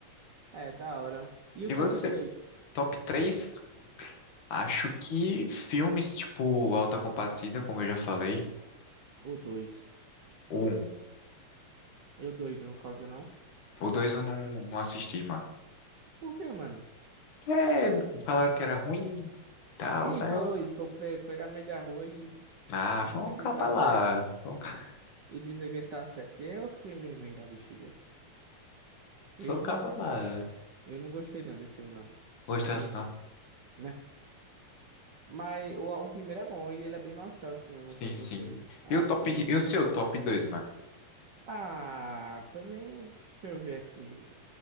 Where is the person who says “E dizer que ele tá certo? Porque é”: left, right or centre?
Right